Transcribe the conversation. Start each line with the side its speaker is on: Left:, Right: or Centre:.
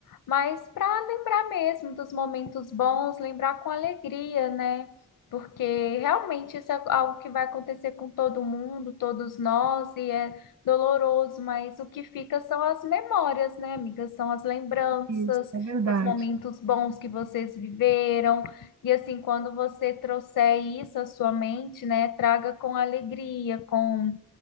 Left: mas para lembrar mesmo dos momentos bons, lembrar com alegria, né? Porque realmente isso é algo que vai acontecer com todo mundo, todos nós, e é doloroso, mas o que fica são as memórias, né, amiga? São as lembranças,
Right: Isso, é verdade.
Left: os momentos bons que vocês viveram. E assim, quando você trouxer isso à sua mente, né, traga com alegria, com,